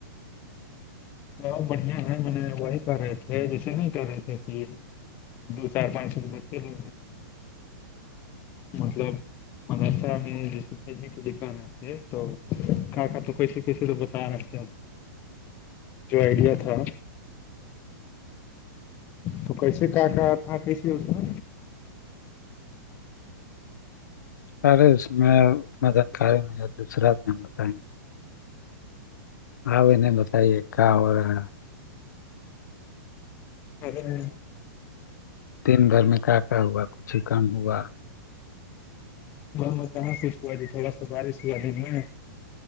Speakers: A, on the left; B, on the left.
A: بہت بڑھیا ہے میں نے وہی کر رہے تھے جیسے نہیں کر رہے تھے کہل دو چار پانچ رو بچے ہو مطلب مدرسہ میں ڈج نہیں کے د پا رہا یہ تو کا کا تو کیسی کیسی تو بتا رہتے جو آئیڈیا تھا تو کیسے کا کہا تھا کیسے اس کا
B: ارے اس میں انا دانکاری م دوسراان بتائیں گے آ نہیں بتائیے کیا ہو رہا ہے
A: ارے م
B: دین بھر میں کا کا ہوا کچھ ہی کم ہوا
A: میں سو سج تھوڑ سواری سو آج میں